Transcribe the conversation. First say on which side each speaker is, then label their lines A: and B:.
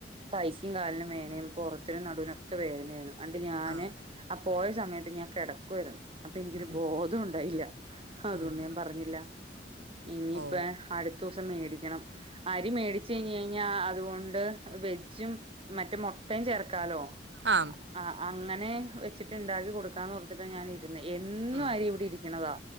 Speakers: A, on the right; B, on the right.
A: പൈസയും കാലിനും വേനയും പുറത്തിനും നടുവിനോക്കെ വേദനയാണ് അണ്ട് ഞാന്
B: ആ
A: ആ പോയ സമയത്ത് ഞാൻ കിടക്കുമായിരുന്നു അപ്പൊ എനിക്കൊരു
B: ഉം
A: ബോധം ഉണ്ടായില്ല അതുകൊണ്ട്
B: ഉം
A: ഞാൻ പറഞ്ഞില്ല ഇനിയിപ്പ
B: ഓ
A: അടുത്ത ദിവസം മേടിക്കണം അരി മേടച്ച് കഴിഞ്ഞ് കഴിഞ്ഞാ അതുകൊണ്ട് വെജും മറ്റേ മുട്ടയും ചേർക്കാലോ
B: ആ
A: ആഹ് അങ്ങനെ വെച്ചിട്ട് ഉണ്ടാക്കി കൊടുക്കാന്ന് ഓർത്തിട്ടാ ഞാന് എന്നും
B: ഉം
A: അരി ഇവിടെ ഇരിക്കണതാ